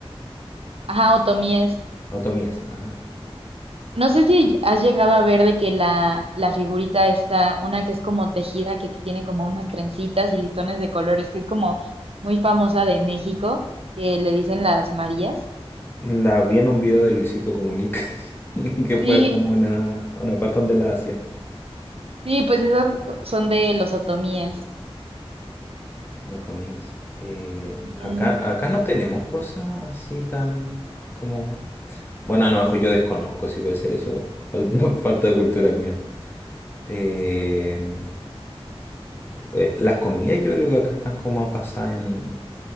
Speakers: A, on the right; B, on the left.
A: ajá, otomíes.
B: otomíes. Ah.
A: No sé si has llegado a ver de que la, la figurita está, una que es como tejida, que tiene como unas trencitas y listones de colores, que es como muy famosa de México, que le dicen las Marías.
B: La vi en un video de Luisito Comunica, <laughs> que
A: Sí,
B: fue como una, a una parte donde la hacían.
A: Sí, pues esas son de los otomíes.
B: Los otomíes. Eh,
A: Ujú.
B: acá, acá no tenemos cosas así tan como... Bueno, a lo mejor yo desconozco si puede ser eso igual. Falta, <laughs> falta de cultura mía. Eh, eh, las comidas yo creo que acá están como más basadas en,